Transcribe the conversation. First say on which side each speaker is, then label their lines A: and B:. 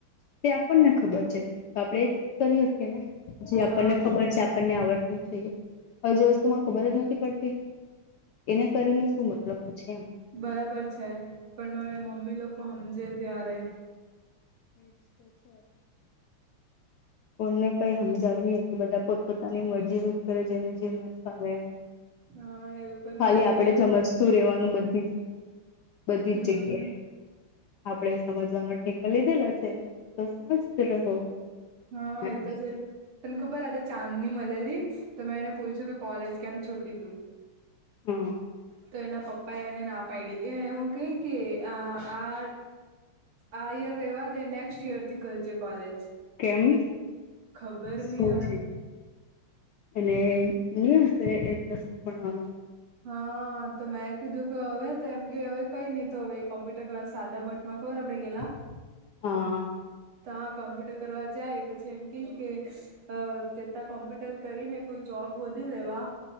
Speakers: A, on the left; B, on the right.
A: તે આપણને ખબર છે તો આપણે. કરી શ ને જે આપણને.
B: હા
A: ખબર છે આપણને આવડતું છે હવે જે વસ્તુ માં ખબર જ નથી પડતી. એને કરીને શું મતલબ પૂછે એમ.
B: બરાબર છે પણ હવે મમ્મી લોકો સમજે ત્યારે.
A: એ જ તોશે. કોને કઈ સમજાવે નહી કે બધા પોતપોતાની મરજી કરે જેને જે મન આવેે એ.
B: હા એ. લોકોને
A: ખાલી
B: બસ
A: આપણેે
B: એ
A: સમજતું રહેેવાનું બધી જ વા
B: હમ
A: બધી જ જગ્યાએ. આપડે સમજવાનો ઠેકો લીધેલો છે તો સમજ રહો.
B: હા
A: એમ
B: એ તો જ. તમને ખબર આજે ચાંદની મળેલી તો મેં એને પૂછું કે કોલેજ કેમ છોડી દીધું.
A: હા
B: તો એના પપ્પા. પ એને ના પાડી એ હું કહી કે આ આ. આ ઈયર રેવા દે નેક્સ્ટ ઈયર થી કરજે કોલેજ.
A: કેમ
B: ખબર
A: શું
B: નહી હવે
A: થું. અને હ ઇન્ટસ્ટણવાનું.
B: હા તો મેં કીધું કે હવે તો એમ કે હવે કઈ નહી તો હવે કોમ્પ્યુટર ક્લાસ સાદા માટે. મ કબર આપડે ગેલા.
A: <inaudible> હા
B: તો કોમ્પ્યુટર કરવા જાય પછી એમ કે કે. અ તેતા કોમ્પ્યુટર કરીને કોઈ જોબ વધી લેવા.